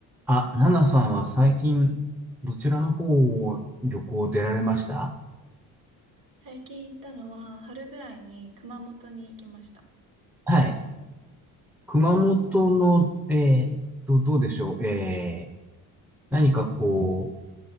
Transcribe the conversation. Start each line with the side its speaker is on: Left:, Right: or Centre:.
Centre: あ、ナナさんは最近、どちらの方を旅行出られました
Right: 最近行ったのは、春ぐらいに熊本に行きました。
Centre: はい。熊本の、えーっと、どうでしょう。えー、何かこ